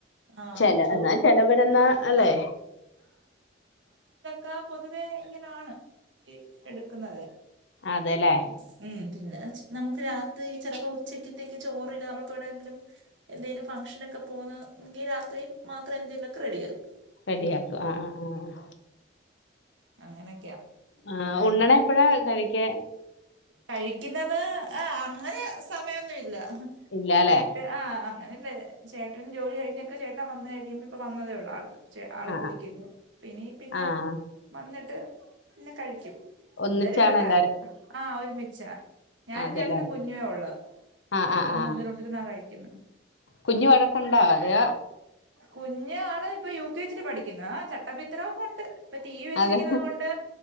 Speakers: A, on the right; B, on the left.
A: ആഹ്
B: ചെല
A: ചോറ്
B: എന്നാ ചെലവരുന്നാ അല്ലേ
A: കാ പൊതുവെ ഇങ്ങനാണ് എ എടുക്കുന്നത്
B: അതെല്ലേ
A: സ് ഉം പിന്നെച് നമുക്ക് രാത്രി ചെലപ്പോ ഉച്ചക്കത്തേക്ക് ചോറ്ല്ല നമ്മള്പ്പവ്ടെങ്കിലും എന്തെലും ഫംഗ്ഷനൊക്കെ പോകുന്ന എങ്കിൽ രാത്രി മാത്രം എന്തേലൊക്കെ റെഡി ആകും
B: റെഡിആക്കും ആഹ് ആഹ് ആഹ്
A: അങ്ങനൊക്കെയാ
B: ആഹ് ഉണ്ണണ എപ്പഴാ കഴിക്കാ
A: കഴിക്കുന്നത് ആഹ് അങ്ങനെ സമയൊന്നുല്ല
B: ഇല്ലാല്ലേ
A: ഒരു എട്ട് ആഹ് അങ്ങ അതന്നെ ചേട്ടൻ ജോലി കഴിഞ്ഞൊക്ക ചേട്ട വന്ന് കഴിയുമ്പോ ഇപ്പ വന്നതേ ഉള്ളൂ ആള് ചെ ആൾ
B: ആഹ്
A: കുളിക്കുന്നുപിനീ പിന്നെ
B: ആഹ്
A: വന്ന്ട്ട് പിന്നെ കഴിക്കും
B: ഒന്നിച്ചാണോ
A: എന്താരും ഇവിടെക്ക
B: എല്ലാരും
A: ആഹ് ഒരുമിച്ചാ ഞാനും
B: അതെല്ലേ
A: ചേട്ടനും കുഞ്ഞുവേ ഉള്ളു
B: ആഹ് ആഹ് ആഹ്
A: മൂന്ന രൊണ്ടിരുന്നാ കഴിക്കുന്നെ
B: കുഞ്ഞ് വഴക്കുണ്ടാ അതേ
A: കുഞ്ഞ് ആള് ഇപ്പൊ യു കെ ജില് പഠിക്കുന്ന ചട്ടമ്പിത്തരം ഒക്കെ ഉണ്ട് ഇപ്പൊ ടി വി
B: അതെ
A: ണ്ട്